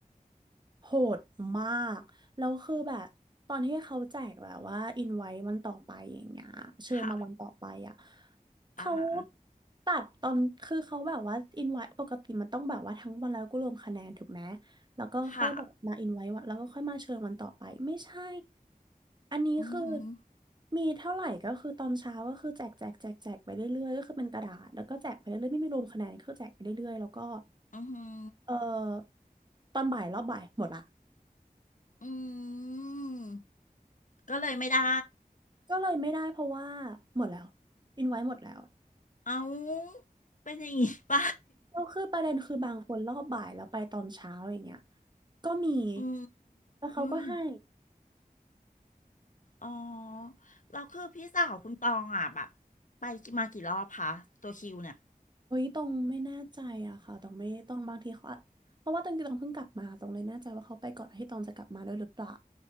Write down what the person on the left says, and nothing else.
ค่ะ
อ่าฮะ
ค่ะ
อือหือ
อือหือ
อืม ก็เลยไม่ได้
เอาเป็นอย่างงี้ไป
อื
ม อ๋อ เราคือพี่สาวคุณตองอ่ะแบบไปมากี่รอบคะตัวคิวเนี่ย